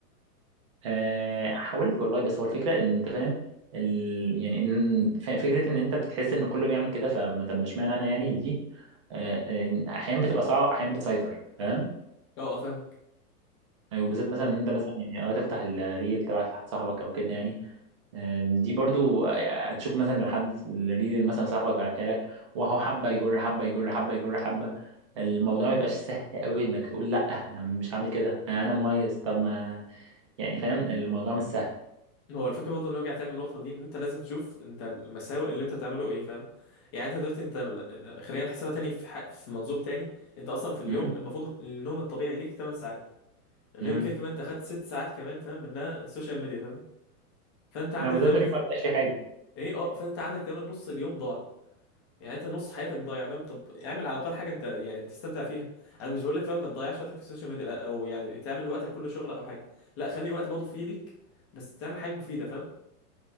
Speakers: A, on the right; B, on the left.
A: آه، حاولت والله بس هو الفكرة ان انت فاهم ال... يعني ان ف- فكرة ان انت بتحس ان كله بيعمل كده فما طب ما اشمعنى انا يعني دي آه، آه، احيانا بتبقى صعبة احيانا بتسيطر فاهم
B: اه فاهمك
A: أيوة، وبالذات مثلا ان انت مثلا يعني اه تفتح الريل تبعت لحد صاحبك او كده يعني آم، دي برضو آه، تشوف مثلا لحد الريل اللي مثلا صاحبك بعتها لك وهو حبة يجر حبة يجر حبة يجر حبة الموضوع ما يبقاش سهل قوي انك تقول لا انا مش هعمل كده انا مميز طب ما يعني فاهم الموضوع مش سهل
B: هو الفكره برضه نرجع تاني للنقطه دي ان انت لازم تشوف انت المساوئ اللي انت بتعمله ايه فاهم يعني انت دلوقتي انت لما- خلينا نحسبها تاني في ح- في منظور تاني انت اصلا في اليوم
A: مم.
B: المفروض النوم الطبيعي ليك 8 ساعات غير
A: مم.
B: كده كمان انت خدت 6 ساعات كمان فاهم منها السوشيال ميديا فاهم فانت عندك
A: لو بتفضل
B: تقريبا
A: يوم ما بيبقاش في حاجه
B: <laughs> ايه اه فانت عندك تقريبا نص اليوم ضاع يعني انت نص حياتك ضايع فاهم طب اعمل على الاقل حاجه انت يعني بتستمتع فيها انا مش بقول لك فاهم ما تضيعش وقتك في السوشيال ميديا لا، او يعني تعمل وقتك كله شغل او حاجه لا خلي وقت برضه فيه ليك بس تعمل حاجه مفيده فاهم